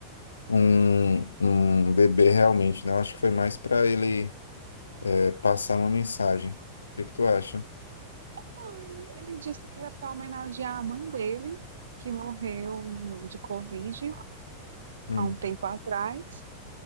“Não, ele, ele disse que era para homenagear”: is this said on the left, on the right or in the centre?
Right